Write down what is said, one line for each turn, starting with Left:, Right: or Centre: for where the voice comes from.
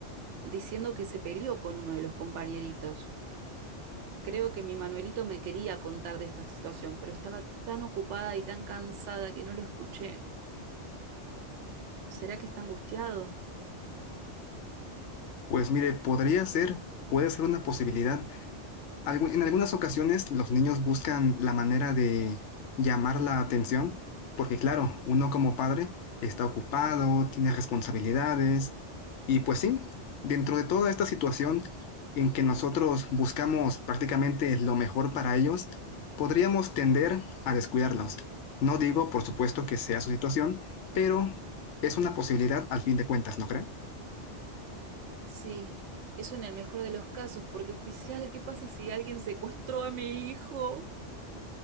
Right: diciendo que se peleó con uno de los compañeritos. Creo que mi Manuelito me quería contar de esta situación, pero estaba tan ocupada y tan cansada que no lo escuché. ¿Será que está angustiado?
Left: Pues mire, podría ser, puede ser una posibilidad algu- en algunas ocasiones los niños buscan la manera de llamar la atención, porque claro, uno como padre está ocupado, tiene responsabilidades, y pues sí, dentro de toda esta situación en que nosotros buscamos prácticamente lo mejor para ellos, podríamos tender a descuidarlos. No digo, por supuesto, que sea su situación, pero es una posibilidad al fin de cuentas, ¿no cree?
Right: Sí, eso en el mejor de los casos, porque oficial, ¿qué pasa si alguien secuestró a mi hijo?